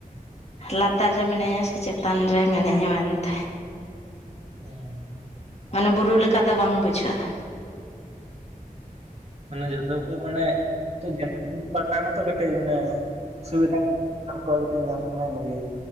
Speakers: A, on the left (about 45°); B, on the right (about 45°).
A: ᱞᱟᱛᱟᱨ ᱨᱮ ᱢᱤᱱᱟᱹᱧᱟ ᱥᱮ ᱪᱮᱛᱟᱱ ᱨᱮ ᱢᱤᱱᱟᱹᱧᱟ ᱢᱮᱱᱛᱮ᱾
B: ᱦᱩᱸ᱾
A: ᱢᱟᱱᱮ ᱵᱩᱨᱩ ᱞᱮᱠᱟ ᱫᱚ ᱵᱟᱝ ᱵᱩᱡᱷᱟᱹᱜᱼᱟ᱾
B: ᱢᱟᱱᱮ ᱡᱷᱚᱛᱚ ᱠᱚ ᱢᱟᱱᱮ <unintelligible> ᱛᱚ ᱠᱟᱹᱴᱤᱡ ᱢᱟᱱᱮ ᱥᱩᱵᱤᱫᱟ <unintelligible> ᱠᱟᱹᱴᱤᱡ ᱧᱟᱢᱚᱜ ᱠᱟᱱᱟ ᱤᱱᱟᱹᱜᱮ᱾